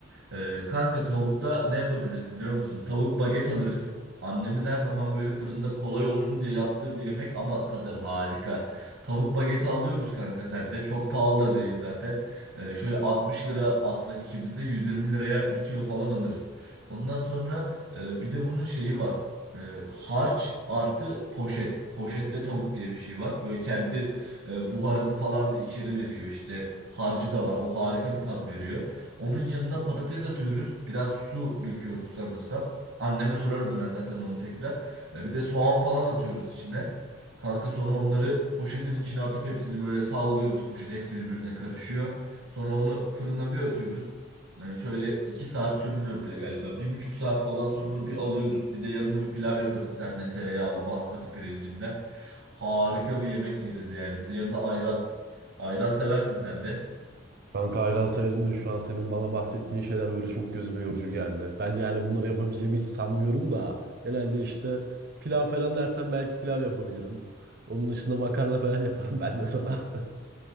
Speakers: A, on the right; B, on the right.
A: E, kanka tavukta ne yapabiliriz biliyor musun? Tavuk baget alırız. Annemin her zaman böyle fırında kolay olsun diye yaptığı bir yemek ama tadı harika. Tavuk bageti alıyoruz kanka selde. Çok pahalı da değil zaten. E, şöyle 60 lira atsak ikimiz de 120 liraya bir kilo falan alırız. Ondan sonra e, bir de bunun şeyi var. E, harç artı poşet. Poşette tavuk diye bir şey var. Böyle kendi e, buharını falan da içeri veriyor işte. Harcı da var. O harika bir tat veriyor. Onun yanına patates atıyoruz. Biraz su döküyoruz sanırsam. Anneme sorarım ben zaten onu tekrar. E, bir de soğan falan atıyoruz içine. Kanka sonra onları poşetin içine atıp hepsini böyle sallıyoruz poşet. Hepsi birbirine karışıyor. Sonra onu fırına bir atıyoruz. Yani şöyle iki saat sürmüyor bile galiba. Bir buçuk saat falan sonra onu bir alıyoruz. Bir de yanına bir pilav yaparız seninle tereyağlı basmati pirincinden. Harika bir yemek yeriz yani. Bir de yanına ayran. Ayran seversin sen de.
B: Kanka hayran sayarım da şu an senin bana bahsettiğin şeyler böyle çok gözüme yorucu geldi. Ben yani bunları yapabileceğimi hiç sanmıyorum da. Genelde işte pilav falan dersen belki pilav yapabilirim. Onun dışında makarna falan <laughs> yaparım ben de sana. <laughs>